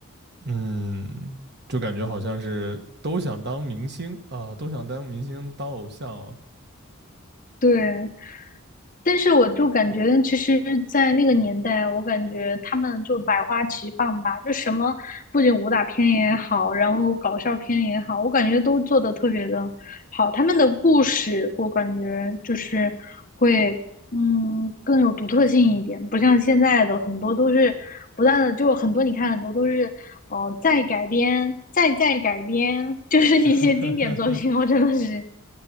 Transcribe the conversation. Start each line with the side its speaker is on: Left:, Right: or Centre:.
Right: 嗯，就感觉好像是都想当明星啊，都想当明星当偶像啊。
Left: 对，但是我就感觉，其实，在那个年代，我感觉他们就百花齐放吧，就什么不仅武打片也好，然后搞笑片也好，我感觉都做的特别的好。他们的故事，我感觉就是会，嗯，更有独特性一点，不像现在的很多都是不断的，就很多你看很多都是哦，呃，再改编，再再改编，<laughs> 就是一些经典作品，
Right: <laughs>
Left: 我真的是，